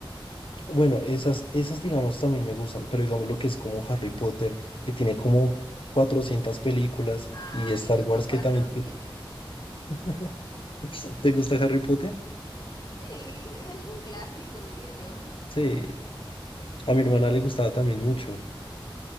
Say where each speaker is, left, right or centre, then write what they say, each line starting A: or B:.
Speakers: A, on the left; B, on the left.
A: bueno, esas, esas digamos también me gustan, pero digamos lo que es como Harry Potter, que tiene como 400 películas,
B: Ay,
A: y Star
B: no
A: Wars
B: son
A: que
B: cuatro
A: también...
B: o
A: tiene-
B: siete.
A: <laughs> ¿Te gusta Harry Potter?
B: Sí, es un clásico, diría yo.
A: Sí. A mi hermana le gustaba también mucho.